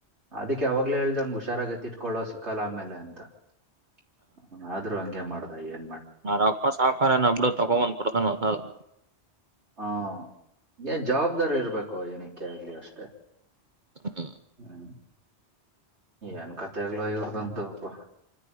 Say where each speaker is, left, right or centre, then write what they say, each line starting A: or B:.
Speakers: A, on the right; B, on the right.
A: ಅದಕ್ಕೆ ಯಾವಾಗ್ಲೇ ಹೇಳ್ದವನ್ ಹುಷಾರಾಗ ಎತ್ತಿಟ್ಕೊಳ್ಳೋ ಸಿಕ್ಕಲ್ಲ ಆಮೇಲೆ ಅಂತ - ಹ ಆದ್ರೂ ಹಂಗೆ ಮಾಡ - <unintelligible>
B: ಅವ್ರ ಅಪ್ಪ ಸಾವ್ಕಾರ ಆನ ಬಿಡು ತಗೊಬಂಧು ಕೊಡ್ತಾನ ಹೊಸದು
A: ಹಾ ಏನ್ ಜವಾಬ್ದಾರಿ ಇರ್ಬೇಕು ಏನಕ್ಕೆ ಆಗ್ಲಿ ಅಷ್ಟೆ -
B: ಹ್ಮ್
A: ಹ್ಮ- ಏನ್ ಕತೆ ಆಗ್ಲ ಇವರದು ದಂತು ಪ್ಪಾ.